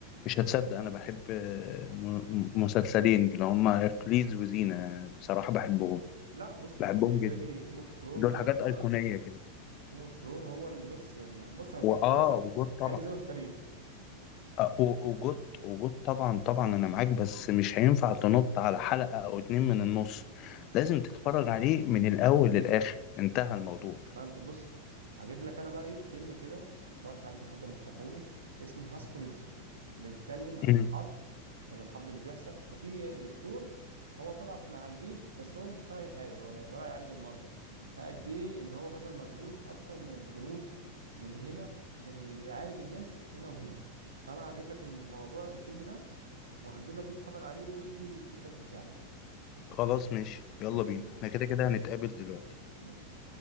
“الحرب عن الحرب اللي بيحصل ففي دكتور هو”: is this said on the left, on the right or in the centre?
Right